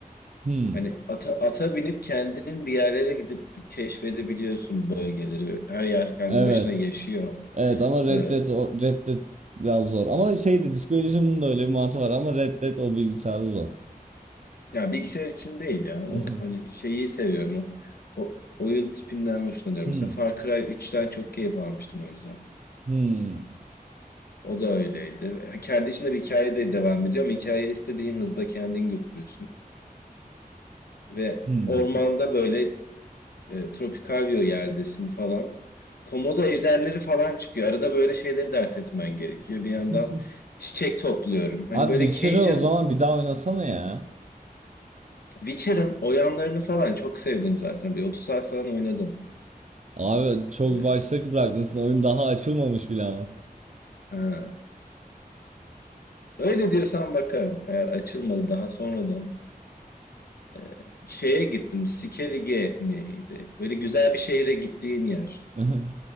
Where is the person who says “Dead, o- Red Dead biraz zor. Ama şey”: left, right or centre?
Right